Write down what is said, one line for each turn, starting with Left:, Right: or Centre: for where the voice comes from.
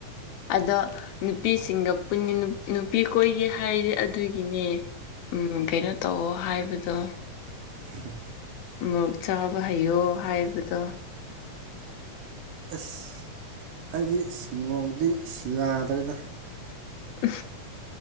Left: ꯑꯗ ꯅꯨꯄꯤꯁꯤꯡꯒ ꯄꯨ ꯅꯨꯄꯤ ꯀꯣꯏꯒꯦ ꯍꯥꯏꯔꯤꯗꯤ ꯑꯗꯨꯒꯤꯅꯦ ꯎꯝ ꯀꯩꯅꯣ ꯇꯧꯋꯣ ꯍꯥꯏꯕꯗꯣ
Right: ꯍ
Left: ꯃꯣꯔꯣꯛ ꯆꯥꯕ ꯍꯩꯌꯣ ꯍꯥꯏꯕꯗꯣ
Right: ꯑꯁ ꯍꯥꯏꯗꯤ ꯃꯣꯔꯣꯛꯇꯤ ꯌꯥꯗ꯭ꯔꯦꯗ
Left: ꯎ